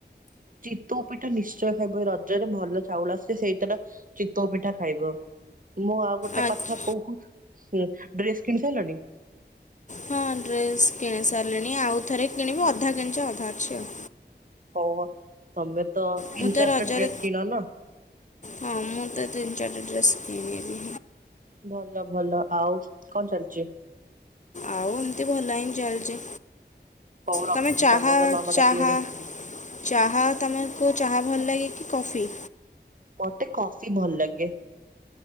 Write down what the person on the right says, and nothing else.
ଚିତଉ ପିଠା ନିଶ୍ଚୟ ଖାଇବ। ରଜରେ ଭଲ ଚାଉଳ ଆସେ, ସେଇଟାର ଚିତଉ ପିଠା ଖାଇବ। ମୁଁ ଆଉ ଗୋଟେ
କଥା କହୁ, ଡ୍ରେସ କିଣି ସାରିଲଣି?
ହଉ ତମେ ତ ତିନି
ଚାରିଟା
ଡ୍ରେସ କିଣ ନା
ଭଲ ଭଲ। ଆଉ କଣ ଚାଲିଛି?
ହଉ ରଖୁଛି
ତମର ତ ମାମା
ଡାକିଲେଣି
ମତେ କଫି ଭଲ ଲାଗେ।